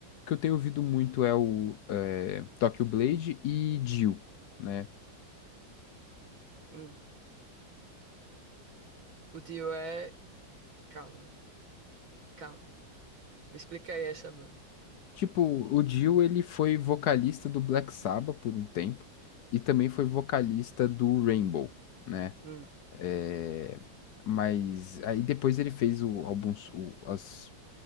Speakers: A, on the left; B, on the right.
A: que eu tenho ouvido muito é o eh, Tokyo Blade e Dio. né
B: Hum. O Dio é. Calma, calma. Me explica aí essa banda.
A: Tipo, o Dio, ele foi vocalista do Black Sabbath por um tempo e também foi vocalista do Rainbow, né?
B: Hum.
A: É, Mas aí depois ele fez o álbum, o, as